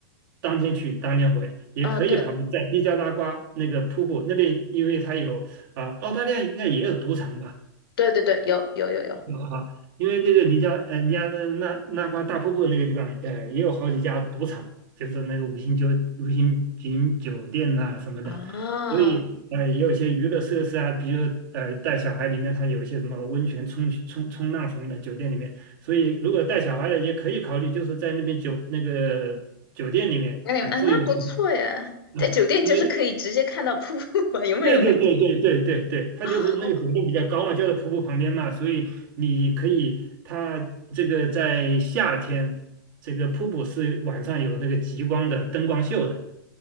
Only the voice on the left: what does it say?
哦，对
对对对，有有有有。
啊，
那你们啊，
那不错耶，
在酒店就是可以直接看到瀑布嘛，
有没有那
<laughs>？
啊，好棒！